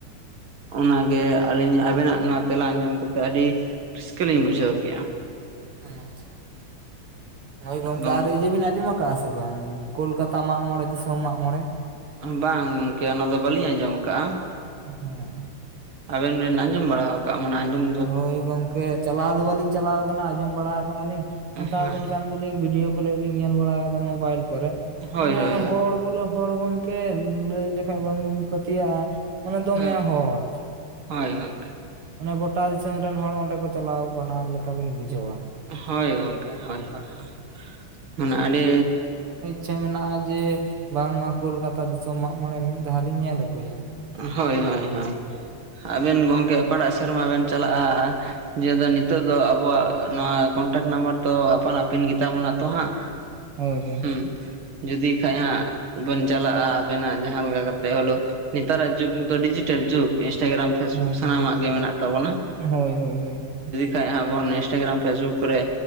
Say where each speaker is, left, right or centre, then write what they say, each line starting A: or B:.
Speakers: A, on the right; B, on the right.
A: ᱚᱱᱟᱜᱮ ᱟᱹᱞᱤᱧ ᱟᱵᱮᱱᱟᱜ ᱱᱚᱣᱟ ᱛᱮᱞᱟ ᱟᱸᱚᱢ ᱠᱟᱛᱮᱫ ᱟᱹᱰᱤ ᱨᱟᱹᱥᱠᱟᱹ ᱞᱤᱧ ᱵᱩᱡᱷᱟᱹᱣ ᱠᱮᱜᱼᱟ᱾
B: ᱟᱪᱪᱷᱟ ᱦᱳᱭ ᱜᱚᱢᱠᱮ
A: ᱜᱚᱝ
B: ᱟᱨ ᱤᱡᱳ ᱵᱤᱱ ᱟᱡᱚᱢ ᱟᱠᱟᱫᱟ? ᱥᱮ ᱵᱟᱝ ᱠᱳᱞᱠᱟᱛᱟ ᱢᱟᱜᱽ ᱢᱚᱬᱮᱸ ᱫᱤᱥᱚᱢ ᱢᱟᱜᱽ ᱢᱚᱬᱮᱸ?
A: ᱵᱟᱝ ᱜᱮ ᱚᱱᱟ ᱫᱚ ᱵᱟᱹᱞᱤᱧ ᱟᱸᱡᱚᱢ ᱟᱠᱟᱫᱼᱟ᱾
B: ᱦᱮᱸᱻ
A: ᱟᱵᱮᱱ ᱵᱮᱱ ᱟᱸᱡᱚᱢ ᱵᱟᱲᱟ ᱟᱠᱟᱣᱼᱟ ᱢᱟᱱᱮ ᱟᱸᱚᱢᱼᱼ
B: ᱦᱳᱭ ᱜᱚᱝᱠᱮ ᱪᱟᱞᱟᱣ ᱫᱚ ᱵᱟᱞᱤᱧ ᱪᱟᱞᱟᱣ ᱟᱠᱟᱱᱟ ᱟᱸᱡᱚᱢ ᱵᱟᱲᱟ ᱟᱠᱟᱜᱼᱟ ᱞᱤᱧ ᱢᱮᱛᱟᱵᱤᱱ
A: ᱦᱮᱸ
B: ᱠᱟᱱ ᱵᱷᱤᱰᱭᱳ ᱠᱚ ᱞᱤᱧ ᱧᱮᱞ ᱵᱟᱲᱟ ᱟᱠᱟᱫᱟ ᱢᱳᱵᱟᱭᱤᱞ ᱠᱚᱨᱮ
A: ᱦᱳᱭ
B: ᱢᱟᱱᱮ
A: ᱦᱳᱭ
B: ᱦᱚᱲ ᱵᱚᱞᱮ ᱦᱚᱲ ᱜᱚᱝᱠᱮ ᱞᱟᱹᱭ ᱞᱮᱠᱷᱟᱱ ᱵᱟᱝᱵᱚᱱ ᱯᱟᱹᱛᱭᱟᱹᱜᱼᱟ ᱢᱟᱱᱮ ᱫᱚᱢᱮ
A: ᱦᱳᱭ
B: ᱦᱚᱲᱼᱼ
A: ᱦᱳᱭ ᱜᱚᱝᱠᱮ
B: ᱚᱱᱮ ᱜᱚᱴᱟ ᱫᱤᱥᱚᱢ ᱨᱮᱱ ᱦᱚᱲ ᱚᱸᱰᱮ ᱠᱚ ᱪᱟᱞᱟᱣ ᱟᱠᱟᱱᱟ ᱞᱮᱠᱟ ᱵᱤᱱ ᱵᱩᱡᱷᱟᱹᱣᱼᱟ᱾
A: ᱦᱳᱭ ᱜᱚᱝᱠᱮ ᱦᱳᱭ ᱦᱳᱭ ᱢᱟᱱᱮ ᱟᱹᱰᱤᱼᱼ
B: ᱪᱮ ᱢᱮᱱᱟᱜᱼᱟ ᱡᱮ ᱵᱟᱝᱢᱟ ᱠᱳᱞᱠᱟᱛᱟ ᱫᱤᱥᱚᱢ ᱢᱟᱜ ᱢᱚᱬᱮᱸ ᱢᱤᱫ ᱫᱷᱟᱣ ᱞᱤᱧ ᱧᱮᱞ ᱟᱹᱜᱩᱭᱟ᱾
A: ᱦᱳᱭ ᱦᱳᱭ ᱦᱳᱭ ᱟᱵᱮᱱ ᱜᱚᱢᱠᱮ ᱚᱠᱟᱴᱟᱜ ᱥᱮᱨᱢᱟ ᱵᱮᱱ ᱪᱟᱞᱟᱜᱼᱟ? ᱡᱮ ᱱᱤᱛᱚᱜ ᱫᱚ ᱟᱵᱚᱣᱟᱜ ᱱᱚᱣᱟ ᱠᱚᱱᱴᱟᱠ ᱱᱟᱢᱵᱟᱨ ᱫᱚ ᱟᱯᱟᱱ ᱟᱹᱯᱤᱱ ᱜᱮᱛᱟᱵᱚᱱᱟ ᱛᱚ ᱦᱟᱸᱜ
B: ᱦᱳᱭ
A: ᱦᱩᱸ ᱡᱩᱫᱤ ᱠᱷᱟᱡ ᱦᱟᱸᱜ ᱵᱚᱱ ᱪᱟᱞᱟᱜᱼᱟ ᱟᱵᱮᱱᱟᱜ ᱡᱟᱦᱟᱸ ᱟᱞᱜᱟ ᱠᱟᱛᱮᱜ ᱦᱚᱞᱳ ᱼᱼ ᱱᱮᱛᱟᱨᱟᱜ ᱡᱩᱜᱽ ᱢᱟᱛᱚ ᱰᱤᱡᱤᱴᱟᱞ ᱡᱩᱜᱽᱼᱼ ᱤᱱᱥᱴᱟᱜᱨᱟᱢ ᱯᱷᱮᱥᱵᱩᱠ
B: ᱦᱳᱭ
A: ᱥᱟᱱᱟᱢᱟᱜ
B: ᱦᱳᱭ
A: ᱜᱮ ᱢᱮᱱᱟᱜ ᱛᱟᱵᱚᱱᱟᱼᱼ
B: ᱦᱳᱭ ᱦᱳᱭ ᱦᱳᱭ ᱦᱳᱭ
A: ᱠᱷᱟᱡ ᱦᱟᱜ ᱵᱚᱱ ᱤᱱᱥᱴᱟᱜᱨᱟᱢ ᱯᱷᱮᱥᱵᱩᱠ ᱠᱚᱨᱮ